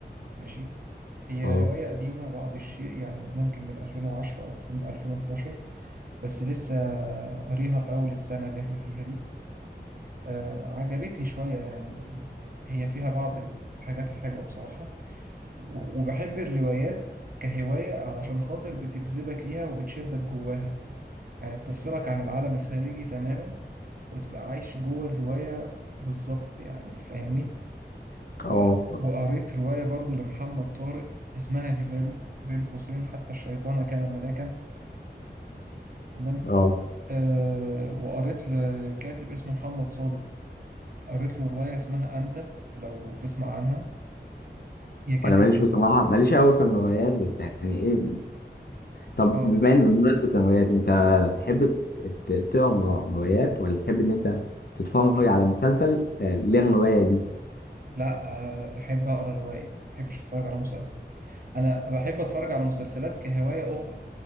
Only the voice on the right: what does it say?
ماشي هي
رواية قديمة بعض الشيء يعني ممكن من 2010 أو في- من 2011 بس لسه قاريها في أول السنة اللي احنا فيها دي آه، عجبتني شوية يعني هي فيها بعض الحاجات الحلوة بصراحة و- وبحب الروايات كهواية علشان خاطر بتجذبك ليها وبتشدك جواها يعني بتفصلك عن العالم الخارجي تماما وتبقى عايش جوه الرواية بالظبط يعني فاهمني
و- وقريت رواية برضو لمحمد طارق اسمها ديفالو بين قوسين حتى الشيطان كان ملاكا تمام
أه وقريت لكاتب اسمه محمد صادق قريت له رواية اسمها أنت لو تسمع عنها هي كانت
رو...
اه
لا آه، أحب أقرأ رواية ما بحبش أتفرج على مسلسل انا بحب اتفرج على مسلسلات كهوايه اخرى